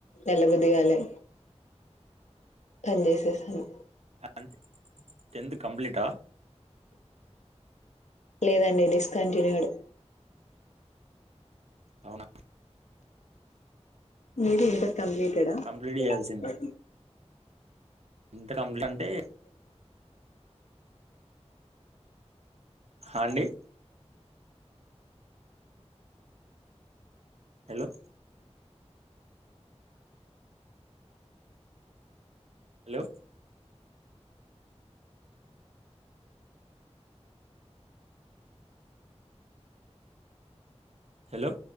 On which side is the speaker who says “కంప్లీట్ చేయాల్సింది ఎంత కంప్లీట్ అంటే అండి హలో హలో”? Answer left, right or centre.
Right